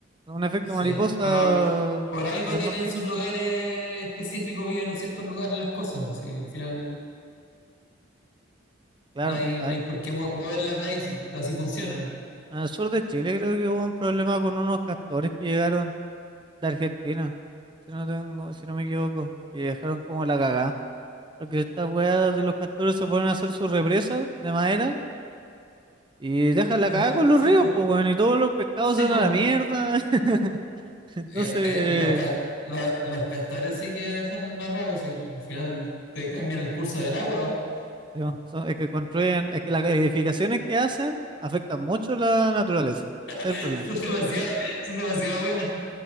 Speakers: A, on the right; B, on the left.
A: Un efecto
B: Sí,
A: mariposa
B: pero por algo
A: es el
B: tienen
A: más pequeño.
B: sus lugares específicos, viven en ciertos lugares las cosas, pues, sí, al final
A: Claro,
B: no hay,
A: a-
B: no hay por qué mo- moverlas de ahí si así funcionan.
A: al sur de Chile creo que hubo un problema con unos castores que llegaron de Argentina. si no tengo, si no me equivoco, y dejaron como la cagada. Porque estas weas de los castores se ponen a hacer su represa de madera y dejan la
B: Ajá,
A: cagada con los
B: sí,
A: ríos,
B: pues.
A: pues bueno, y todos los pescados
B: Sí,
A: se van
B: pues.
A: a la mierda. <laughs> Entonces,
B: Ya, eh, los, ca- la- los castores sí que dejan las barracos y al final te cambian el curso del agua. po.
A: sí, bueno, son- es que construyen, es que las edificaciones que hacen afectan mucho la naturaleza. Ese
B: <laughs>
A: es el problema.
B: Son demasiado, son demasiado buenas.